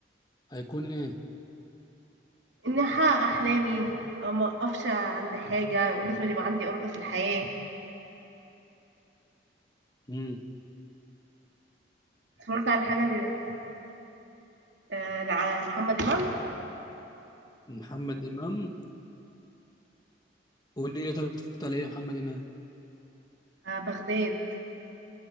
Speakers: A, on the left (about 25°); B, on the right (about 75°).
A: هيكون ايه؟
B: اني احقق احلامي أو ما اقفش عند حاجه ولازم يبقى عندي ارادة في الحياه
A: امم
B: اتفرجت على حاجه ل- آه، لمحمد امام
A: محمد إمام قول لي طب اتفرجت على ايه يا محمد امام
B: آه، بغداد